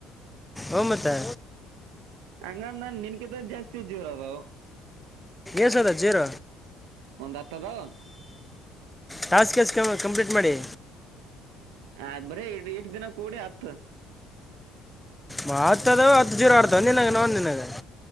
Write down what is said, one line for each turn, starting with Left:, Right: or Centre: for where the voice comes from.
Centre: ಓ ಮತ್ತ.
Right: ಹಂಗಂದ ನಿನ್ಕಿದ ಜಾಸ್ತಿ ಜೋರ ಅದು.
Centre: ಏಸದ ಜೀರೊ.
Right: ಒಂದತ್ತದವು.
Centre: ಟಾಸ್ಕ್ ಕೆಸ್ ಕ ಕಂಪ್ಲೀಟ್ ಮಾಡಿ.
Right: ಆ ಬರೀ ಇಡ ಇಟ್ ದಿನ ಕೂಡೇ ಅತ್ತು.
Centre: ಮಾತ್ ಅದ ಹತ್ ಜೀರ ಆಡ್ತವ ನಿನ್ನನವ್ ನಿನಗ.